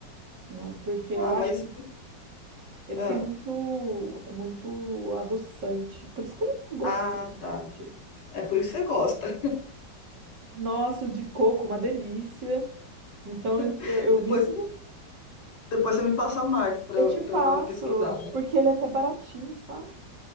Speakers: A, on the right; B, on the left.
A: né? Porque
B: ah,
A: eu
B: mas.
A: acho que ele
B: Ah,
A: tem muito, muito adoçante. Por isso que ele não é gostoso
B: ah, tá.
A: daquele jeito.
B: É por isso que você gosta.
A: Nossa, o de coco, uma delícia. Então, eu,
B: <laughs>
A: eu eu
B: Depois,
A: vivo,
B: depois você me passa a marca pra,
A: eu
B: eu-
A: te
B: pra
A: passo,
B: eu dar uma pesquisada.
A: porque ele é até baratinho, sabe?